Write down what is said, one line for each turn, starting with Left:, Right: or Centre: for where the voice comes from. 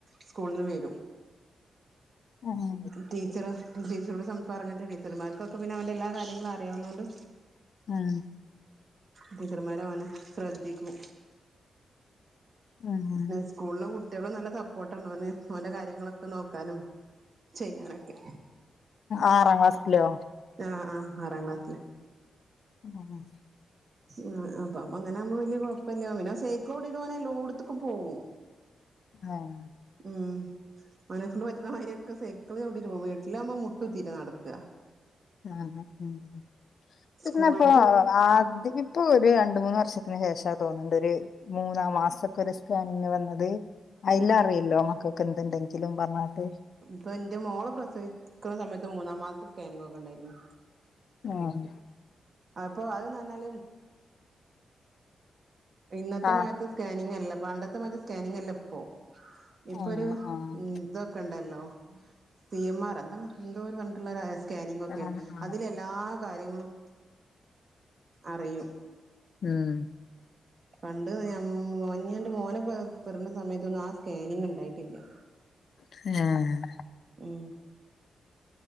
Right: സ്കൂൾന്ന് വെരും
Left: ആഹ്
Right: ടീച്ചറ് ടീച്ചറോട് സംസാരങ്ങട്ട് ടീച്ചർമാര്ക്കൊക്കെ പിന്നെ അവന്റെ എല്ലാ കാര്യങ്ങളും അറിയാവുന്നോണ്ട്
Left: ആഹ്
Right: ടീച്ചർമാരവനെ ശ്രദ്ധിക്കും
Left: ഉം
Right: സ്കൂൾലെ കുട്ട്യേളും നല്ല സപ്പോട്ടാണ് ഓന് ഓന്റെ കാര്യങ്ങളൊക്കെ നോക്കാനും ചെയ്യാനൊക്കെ
Left: ആറാം ക്ലാസ്സ്ലോ?
Right: ആഹ് ആഹ് ആറാം ക്ലാസ്സ്ലാ
Left: അഹ് ആഹ്
Right: ആഹ് അപ്പം അപ്പങ്ങനാകുമ്പം വല്യ കാെഴപ്പല്ല്യാ പിന്നെ ആ സെയ്ക്കളോട്ടീട്ടോനെല്ലോട്ത്ത്ക്കും പോകും
Left: ആഹ്
Right: ഉം ഓനെക്കൊണ്ട് പറ്റ്ണ മാര്യൊക്കെ സെയ്ക്കള് ചവ്ട്ടീട്ട് പോവും വീട്ട്ലാവുമ്പം മുട്ടുത്തീട്ടാ നട്ക്കാ
Left: ആഹ് അഹ് ആഹ്
Right: സ്കൂൾക്ക്
Left: ഇതിനപ്പൊ ആദ്യ ഇപ്പൊ ഒര് രണ്ട് മൂന്ന് വർഷത്തിന് ശേഷാ തോന്ന്ണ്ട് ഒര് മൂന്നാ മാസൊക്കാെര് സ്കാനിങ്ങ് വന്നത് അയ്ലറ്യല്ലോ
Right: ഉം
Left: മക്കെക്കെന്ത്ണ്ടെങ്കിലും പർഞ്ഞാട്ട്
Right: പ്പൊ ഇന്റെ മോളെ പ്രസവിക്ക്ണ സമയത്ത് മൂന്നാം മാസ്ത്തെ സ്കാനിങ്ങൊക്കെ ണ്ടായ്ര്ന്നു
Left: ആഹ്
Right: അപ്പോ അത്‌ന്നർഞ്ഞാല് ഇന്നത്തെമായ്ര്ത്തെ
Left: ആഹ്
Right: സ്കാനിങ്ങല്ല പണ്ടെത്തെമായ്ര്ത്തെ സ്കാനിങ്ങല്ലെ പ്പോ ഇപ്പൊരു
Left: ആഹ് ആഹ്
Right: ഉം തൊക്കെണ്ടല്ലോ സി എം ആർ എന്താണ് എന്തോര് പർഞ്ഞിട്ട്ള്ളാെരായാസ് സ്കാനിങ്ങാെക്കെ
Left: ആഹ് ആഹ്
Right: അതിലെല്ലാ കാര്യങ്ങളും അറിയും
Left: ആഹ്
Right: പണ്ട് ഞാം ഞാന്റെ മോനെ പെറ് പെറ്ണ സമയത്തൊന്നും ആ സ്കാനിങ് ണ്ടായിട്ട്ല്ല്യാ
Left: ഏഹ്
Right: ഉം